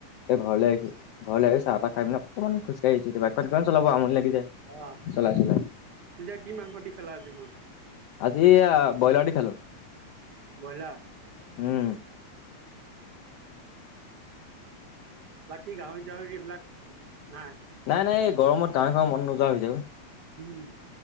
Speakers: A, on the left; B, on the right.
A: তে ঘৰলৈ আহিছোঁ, ঘৰলৈ আহিছ চাহ তা খাই পেনাই অকণমান খোজ কাঢ়ি আহিছোঁ এতিয়া বাইখন কিমান চলাব আমনি লাগি যায়,
B: অহ
A: চলাই-চলাই।
B: পিছে কি মাংস দি খালা আজি ভোজ?
A: আজি এয়া ব্ৰইলাৰ দি খালোঁ।
B: ব্ৰইলাৰ?
A: উম।
B: বাকী গাহৰি চাহৰি এইবিলাক নাই?
A: নাই-নাই, এই গৰমত গাহৰি খাব মন নোযোৱা হৈ যায়গৈ।
B: উম।